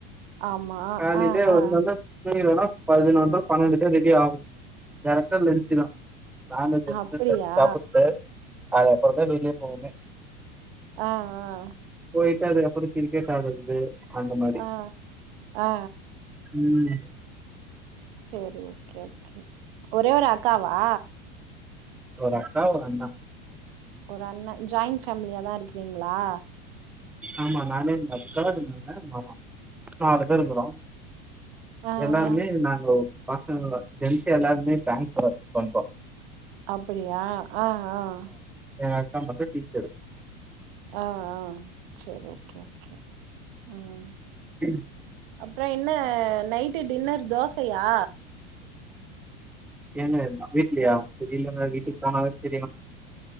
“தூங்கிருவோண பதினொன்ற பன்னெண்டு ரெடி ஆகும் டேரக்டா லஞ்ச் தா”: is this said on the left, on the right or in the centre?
Centre